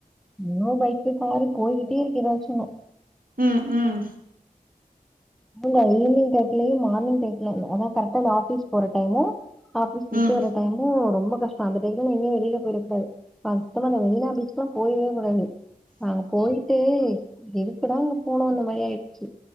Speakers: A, in the centre; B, on the right.
A: இன்னு பைக்கு காரு போய்க்கிட்டே இருக்கு ஏதாச்சு ஒன்னு
B: ம் ம்
A: இல்ல ஈவ்னிங் டயத்துலயு மார்னிங் டயத்துல அத் அதா கரெக்ட்டா நா ஆஃபிஸ் போற டைமு ஆஃபிஸ் விட்டு
B: ம்.
A: வர்ற டைமு ரொம்ப கஷ்டொ அந்த டைம்ல எங்கியு வெளியில போய்றக் கூடாது <unintelligible> அந்த மெரினா பீச்சுக்குலா போய்றவே கூடாது அங்கப் போயிட்டு எதுக்குடா அங்க போனோன்ன மாரி ஆயிட்ச்சி